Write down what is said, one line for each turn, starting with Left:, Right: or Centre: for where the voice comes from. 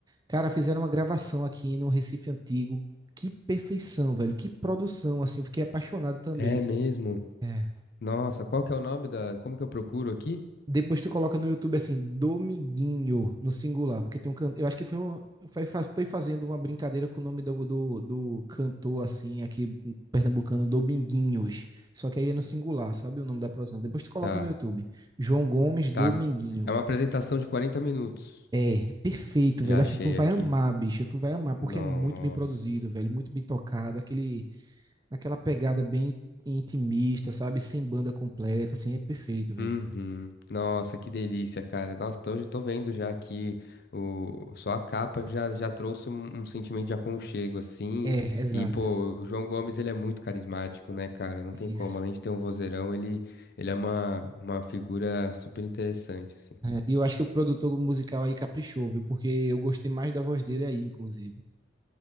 Right: Cara, fizeram uma gravação aqui no Recife Antigo. Que perfeição, velho. Que produção, assim. Eu fiquei apaixonado também.
Left: É
Right: sabe?
Left: mesmo?
Right: É.
Left: Nossa, qual que é o nome da. Como que eu procuro aqui?
Right: Depois tu coloca no YouTube assim, Dominguinho, no singular, porque tem um canto. Eu acho que foi, um, foi, foi fazendo uma brincadeira com o nome do, do, do cantor, assim, aqui pernambucano, Dominguinhos. Só que aí é no singular, sabe o nome da produção? Depois tu coloca
Left: Tá,
Right: no YouTube. João Gomes, Dominguinho.
Left: tá. É uma apresentação de 40 minutos.
Right: É, perfeito,
Left: Já
Right: velho.
Left: achei
Right: Assim, tu vai
Left: aqui.
Right: amar, bicho. Tu vai amar, porque
Left: Nossa.
Right: é muito bem produzido, velho. Muito bem tocado. Aquele, aquela pegada bem intimista, sabe? Sem banda completa, assim, é perfeito, velho.
Left: Uhum. Nossa, que delícia, cara. Nossa, então eu tô vendo já aqui o só a capa já, já trouxe um, um sentimento de aconchego assim.
Right: É, exato.
Left: E pô, o João Gomes ele é muito carismático, né, cara? Não
Right: Isso.
Left: tem como, além de ter um vozeirão, ele ele é uma uma figura super interessante assim.
Right: E eu acho que o produtor musical aí caprichou, viu? Porque eu gostei mais da voz dele aí, inclusive.